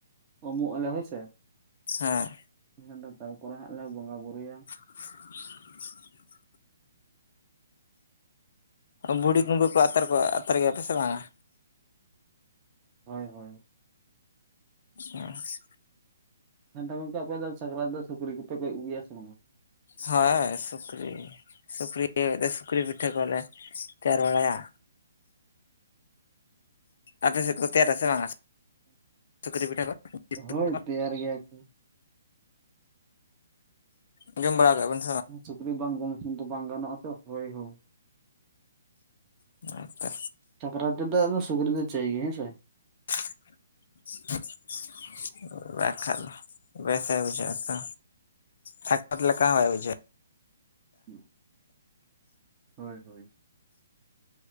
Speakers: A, on the right; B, on the left.
A: ᱩᱢᱩᱜ ᱟᱞᱮ ᱦᱳᱭ ᱥᱮ
B: ᱦᱮᱸ
A: ᱤᱱᱟᱹ ᱫᱚᱥᱟᱨ ᱯᱚᱨᱮ ᱦᱟᱸᱜ ᱞᱮ ᱵᱚᱸᱜᱟ ᱵᱩᱨᱩᱭᱟ
B: <inaudible> ᱵᱩᱲᱤ ᱠᱩᱢᱵᱟᱹ ᱠᱚ ᱟᱛᱟᱨ ᱠᱚᱣᱟ ᱟᱛᱟᱨ ᱜᱮᱭᱟ ᱯᱮ ᱥᱮ ᱵᱟᱝᱟ
A: ᱦᱳᱭ ᱦᱳᱭ
B: ᱟᱪᱪᱷᱟ
A: ᱟᱫᱚ ᱜᱚᱝᱠᱮ ᱟᱯᱮ ᱫᱚ ᱥᱟᱠᱨᱟᱛ ᱫᱚ ᱥᱩᱠᱨᱤ ᱠᱚᱯᱮ ᱜᱚᱡ ᱠᱚᱜᱮ ᱜᱮᱭᱟ ᱥᱮ ᱵᱟᱝᱟ
B: ᱦᱳᱭ ᱥᱩᱠᱨᱤ ᱥᱩᱠᱨᱤ ᱥᱩᱠᱨᱤ ᱯᱤᱴᱷᱟᱹ ᱠᱚᱞᱮ ᱛᱮᱭᱟᱨ ᱵᱟᱲᱟᱭᱟ ᱟᱯᱮ ᱥᱮᱫ ᱠᱚ ᱛᱮᱭᱟᱨᱟ ᱥᱮ ᱵᱟᱝᱟ ᱥᱩᱠᱨᱤ ᱯᱤᱴᱷᱟᱹ ᱠᱚ <inaudible>
A: ᱦᱳᱭ ᱛᱮᱭᱟᱨ ᱜᱮᱭᱟ ᱠᱚ
B: ᱟᱸᱡᱚᱢ ᱵᱟᱲᱟ ᱠᱟᱜ ᱵᱤᱱ
A: ᱥᱩᱠᱨᱤ ᱵᱟᱝ <unintelligible> ᱵᱟᱝ ᱜᱟᱱᱚᱜᱼᱟ ᱛᱚ ᱦᱚᱭ ᱦᱳ
B: ᱦᱚᱭ ᱛᱚ
A: ᱥᱟᱠᱨᱟᱛ ᱨᱮᱫᱚ ᱟᱫ ᱥᱩᱠᱨᱤ ᱫᱚ ᱪᱟᱭ ᱜᱮᱭᱟ ᱦᱮᱸ ᱥᱮ
B: <inaudible> <unintelligible> ᱵᱮᱥ ᱵᱟᱭ ᱵᱩᱡᱷᱟᱹᱜ ᱟᱛᱚ ᱥᱟᱠᱨᱟᱛ ᱞᱮᱠᱟ ᱦᱚᱸ ᱵᱟᱭ ᱵᱩᱡᱷᱟᱹᱜᱼᱟ
A: ᱦᱮᱸ ᱦᱳᱭ ᱦᱳᱭ